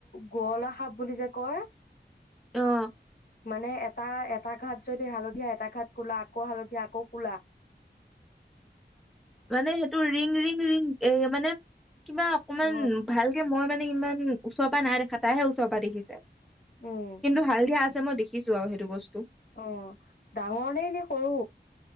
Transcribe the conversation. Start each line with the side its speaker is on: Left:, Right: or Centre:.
Left: গঁৱলা সাপ বুলি যে কয়।
Centre: অহ
Left: মানে এটা এটা ঘাট যদি হালধীয়া এটা ঘাট কোলা আকৌ হালধীয়া আকৌ কলা।
Centre: মানে সেইটো ৰিং ৰিং ৰিং এই মানে। কিবা অকমান
Left: অ
Centre: ভালকে। মই মানে ইমান ওচৰ পৰা নাই দেখা তাইহে ওচৰৰ পৰা দেখিছে।
Left: উম
Centre: কিন্তু হালধিয় আছে। মই দেখিছো আৰু সেইটো বস্তু।
Left: অ ডাঙৰ নে নে সৰু।